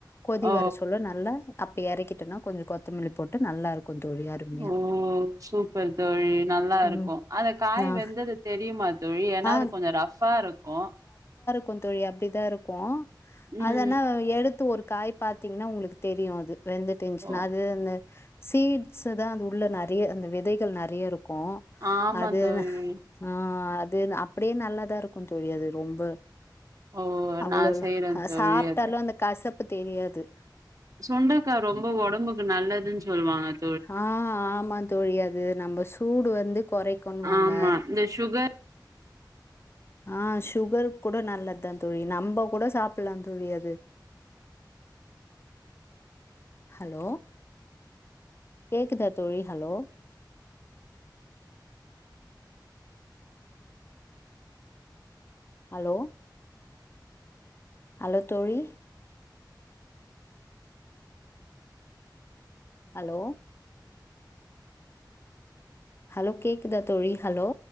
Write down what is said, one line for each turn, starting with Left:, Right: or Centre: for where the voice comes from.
Left: கொதி
Right: ஓ
Left: வர சொல்ல நல்லா அப்ப எறக்கிட்டோனா கொஞ்சோ கொத்தமல்லி போட்டு நல்லாருக்கும் தோழி அருமையா
Right: ஓ சூப்பர் தோழி நல்லாருக்கு
Left: ம்
Right: அந்த காய்
Left: நா
Right: வெந்தது தெரியுமா தோழி ஏன்னா
Left: ஆ
Right: அது கொஞ்சோ ரஃப்பாருக்கு
Left: கொந் தோழி அப்டிதா இருக்கு
Right: ம்
Left: அதனா எடுத்து ஒரு காய் பாத் பாத்தீங்ன்னா உங்ளுக்கு தெரியு அது வெந்துட் இருந்ச்சின்னா
Right: ஓ
Left: அது இந்து சீட்ஸ தா அந்த உள்ள நறைய அந்த விதைகள் நறைய இருக்கு
Right: ஆமா
Left: அதுனா
Right: தோழி
Left: ஆ அதுன் அப்படியே நல்லாதா இருக்குன்தோழி அது ரொம்ப
Right: ஓ
Left: அவ்ளவ்லா
Right: நான் செய்றேன்
Left: அ
Right: தோழி
Left: சாப்ட்டாலு
Right: அத
Left: அந்த கசப்பு தெரியாது
Right: சுண்டக்கா ரொம்ப ஒடம்புக்கு நல்லதுன் சொல்வாங்க
Left: ஆ ஆமா தோழி அது நம்ப சூடு வந்து குறைக்குண்வாங்க
Right: ஆமா இந்த சுகர்
Left: ஆ சுகர் கூட நல்லத்தா தோழி நம்ப கூட சாப்புலா தோழி அது ஹலோ கேக்குதா தோழி ஹலோ அலோ ஹலோ தோழி அலோ ஹலோ கேக்குதா தோழி ஹலோ